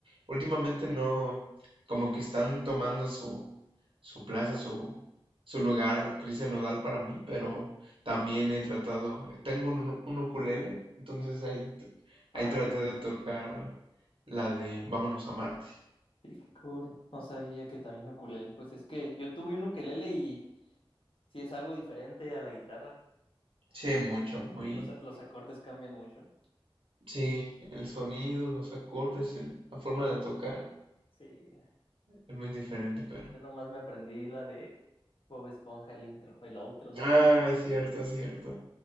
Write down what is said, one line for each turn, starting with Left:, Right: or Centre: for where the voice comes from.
Right: Últimamente no, como que están tomando su, su plaza, su, su lugar Cristian Nodal para mí, pero también he tratado, tengo un, un ukulele, entonces
Left: <laughs> Eh,
Right: ahí,
Left: Ah,
Right: ahí traté
Left: qué,
Right: de tocar la de Vámonos a Marte.
Left: qué cool. No sabía que también ukulele. Pues es que yo tuve un ukelele y sí es algo diferente a la guitarra.
Right: Sí, mucho, muy...
Left: Sí, los, los acordes cambian mucho.
Right: Sí, el sonido, los acordes, el- la forma de tocar
Left: Sí,
Right: es muy diferente, pero...
Left: yo nomás me aprendí la de Bob Esponja, el intro, el outro, no
Right: Ah,
Left: me acuerdo.
Right: cierto, cierto.